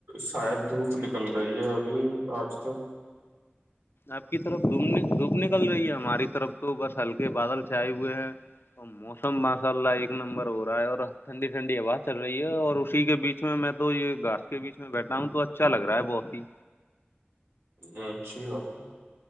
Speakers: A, on the right (about 85°); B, on the left (about 70°).
A: شاید دھوپ نکل رہی ہے ابھی آج تو
B: آپ کی طرف دوم دپ نکل رہی ہے ہماری طرف تو بس ہلکے بادل چھائے ہوئے ہیں تو موسم ماشاء اللہ ایک نمبر ہو رہا ہے اور ٹھنڈی ٹھنڈی آاز چل رہی ہے اور اسی کے بیچ اسچ میں تو یہ گاس کے بیچ میں بیٹھا ہوں تو اچھا لگ رہا ہے بہت ہی
A: ا اچھی بات ہے